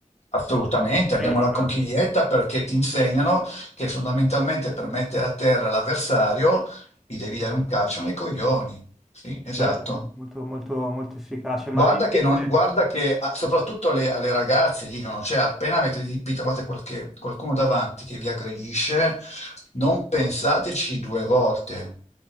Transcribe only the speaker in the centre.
eccetera.
Certo, molto, molto, molto efficace,
ma invece,